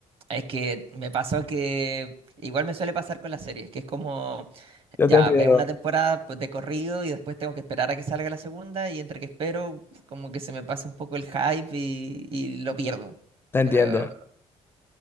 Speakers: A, on the right; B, on the left.
A: es que me pasó que igual me suele pasar con las series, que es como,
B: Yo
A: ya
B: te entiendo.
A: veo una temporada pues, de corrido y después tengo que esperar a que salga la segunda y entre que espero, como que se me pasa un poco el hype y, y lo pierdo.
B: Te entiendo.
A: Pero